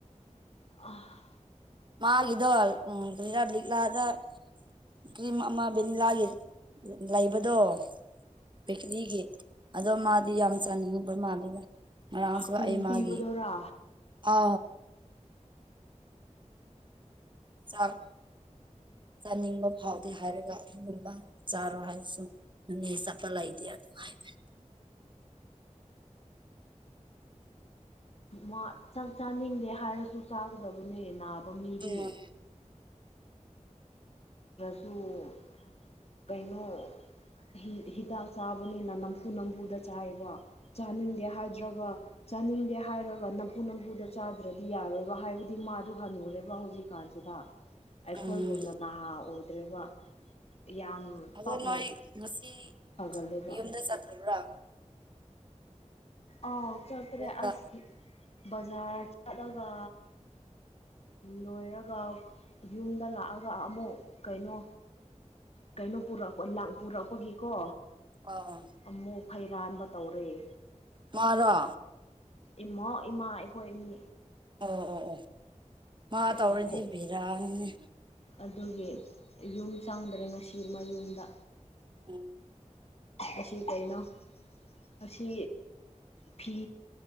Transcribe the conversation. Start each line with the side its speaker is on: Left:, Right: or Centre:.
Left: ꯑ
Right: ꯃꯥꯒꯤꯗꯣ ꯎꯝ ꯀꯔ ꯂꯤꯛꯂꯗ ꯀ꯭ꯔꯤꯝ ꯑꯃ ꯚꯦꯅꯤꯂꯥꯒꯤ ꯂꯩꯕꯗꯣ ꯄꯤꯂꯤꯒꯤ ꯑꯗꯣ ꯃꯥꯗꯤ ꯌꯥꯝ ꯆꯥꯅꯤꯡꯉꯨꯕ꯭ꯔ ꯃꯥꯜꯂꯦꯗ ꯑꯔꯝꯁꯨ
Left: ꯀꯨꯟ
Right: ꯑꯩ ꯃꯥꯒꯤꯦ
Left: ꯄꯤꯕꯗꯨꯔꯥ
Right: ꯑ ꯆꯠ ꯆꯥꯅꯤꯡꯕ ꯐꯥꯎꯗꯦ ꯍꯥꯏꯔꯒ ꯑꯗꯨꯒꯨꯝꯕ ꯆꯥꯔꯣ ꯍꯥꯏꯔꯁꯨ ꯅ ꯆꯠꯄ ꯂꯩꯇꯦ ꯑꯗꯨ ꯥꯏ
Left: ꯃꯥ ꯆꯥꯛ ꯆꯥꯅꯤꯡꯗꯦ ꯍꯥꯏꯔꯁꯨ ꯆꯥꯒꯗꯕꯅꯦ ꯅꯥꯕ ꯃꯤꯗꯤ
Right: ꯎꯝ
Left: ꯁꯨ ꯀꯩꯅꯅ ꯍꯤꯗꯥꯛ ꯆꯥꯕꯅꯤꯅ ꯅꯝꯐꯨ ꯅꯝꯐꯨꯗ ꯆꯥꯏꯕ ꯆꯥꯅꯤꯡꯗꯦ ꯍꯥꯏꯗ꯭ꯔꯒ ꯆꯥꯅꯤꯡꯗꯦ ꯍꯥꯏꯔꯒ ꯅꯝꯐꯨ ꯅꯝꯐꯨꯗ ꯆꯥꯗ꯭ꯔꯗꯤ ꯌꯥꯔꯣꯏꯕ ꯍꯥꯏꯕꯗꯤ ꯃꯥꯗꯨ ꯍꯜꯂꯨꯔꯦꯕ ꯍꯧꯖꯤꯛꯀꯥꯟꯁꯤꯗ ꯑꯩꯈꯣꯏꯒꯨꯝꯅ
Right: ꯎꯝ
Left: ꯅꯍꯥ ꯑꯣꯏꯗ꯭ꯔꯔꯤꯕ ꯌꯥꯝ
Right: ꯑꯗꯣ
Left: ꯄꯥꯞꯅ
Right: ꯅꯣꯏ ꯉꯁꯤ
Left: ꯐꯒꯜꯂꯦꯕ
Right: ꯌꯨꯝꯗ ꯆꯠꯇꯕ꯭ꯔꯥ
Left: ꯑꯥꯎ ꯆꯠꯇ꯭ꯔꯦ
Right: ꯑꯕꯣꯛꯗ
Left: ꯑꯁ ꯕꯖꯥꯔ ꯆꯠꯂꯒ ꯂꯣꯏꯔꯒ ꯌꯨꯝꯗ ꯂꯥꯛꯑꯒ ꯑꯃꯨꯛ ꯀꯩꯅꯣ ꯀꯩꯅꯣ ꯄꯨꯔꯛꯄ ꯄꯨꯔꯛꯄꯒꯤꯀꯣ
Right: ꯑꯣ
Left: ꯑꯃꯨꯛ ꯐꯩꯔꯥꯟꯕ ꯇꯧꯔꯤꯦ
Right: ꯃꯥꯔ
Left: ꯏꯃꯣ ꯏꯃꯥ ꯑꯩꯈꯣꯏ ꯏꯅꯤ
Right: ꯑꯣ ꯑꯣ ꯑꯣ ꯃꯥ ꯇꯧꯔꯗꯤ
Left: ꯑꯕꯣꯛ
Right: ꯕꯤꯔꯥꯡꯅꯦ
Left: ꯑꯗꯨꯒꯤ ꯌꯨꯝ ꯆꯪꯗ꯭ꯔꯦ ꯉꯁꯤ ꯃꯌꯨꯝꯗ
Right: ꯎꯝ
Left: ꯑꯁꯤ ꯀꯩꯅꯣ ꯑꯁꯤ ꯐꯤ